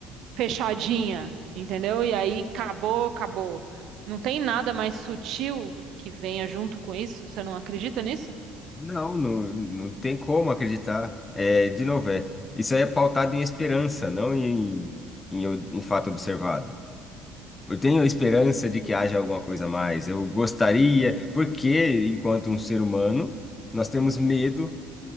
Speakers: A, on the right (about 55°); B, on the left (about 20°).
A: fechadinha, entendeu? E aí acabou, acabou. Não tem nada mais sutil que venha junto com isso? Você não acredita nisso?
B: Não, não, não tem como acreditar. É, de novo, é. Isso aí é pautado em esperança, não em, em, em fato observado. Eu tenho a esperança de que haja alguma coisa a mais. Eu gostaria, porque enquanto um ser humano, nós temos medo